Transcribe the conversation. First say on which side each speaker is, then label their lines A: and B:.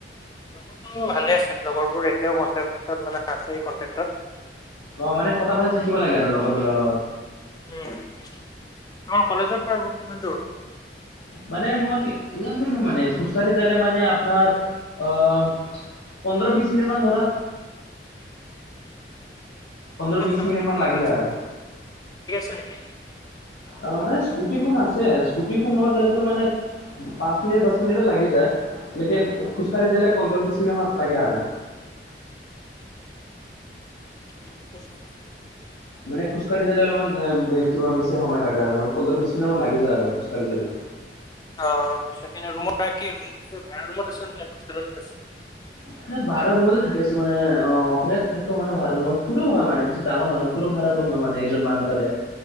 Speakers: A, on the left; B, on the left.
A: লগৰবোৰো ভালে আছিল, লগৰবোৰ এতিয়াও কটেক্টত মানে আছে কটেক্টত।
B: অ মানে কথা পাতি থাকিব লাগে আৰু লগৰবেলাৰ লগত।
A: আমাৰ কলেজৰ পৰা ৰুম কিমান দূৰ নো।
B: মানে মোৰ ইমান বধয় মানে খোজকাঢ়ি যালে মানে আপোনাৰ আহ। পোন্ধৰ বিশ মিনিট মান ধৰা। পোন্ধৰ
A: কিমান
B: বিশ
A: যাবনো,
B: মিনিট মান
A: কিমান
B: লাগি
A: পাইছ
B: যায় আৰু
A: <unintelligible>
B: অ', মানে স্কুটিখন আছে, স্কুটিখন লগত যালেতো মানে পাঁছ মিনিট, দছ মিনিট লাগি যায়, লেকন খোজ কাঢ়ি যালে পোন্ধৰ-বিশছ মিনিট মান লাগে আৰু।
A: <unintelligible>
B: মানে খোজ কাঢ়ি যালে অলপমান এ কিবা বেছি সময় লাগে আৰু মানে পোন্ধৰ-বিশছ মিনিট মান লাগি যায় আৰু খোজকাঢ়ি যালে।
A: অ', <unintelligible> ৰুমত আ কি, ভাৰা ৰুমত নে হোষ্টেলত আছে?
B: সে ভাৰা ৰুমতে থাকি আছো মানে, অ' অকলে থাকো মানে ভাৰা ৰুমত, সৰু হয় মানে বেছি ডাঙৰ নহয়। সৰু ভাৰা ৰুম হয় মানে এইজন মানুহ কৰণে,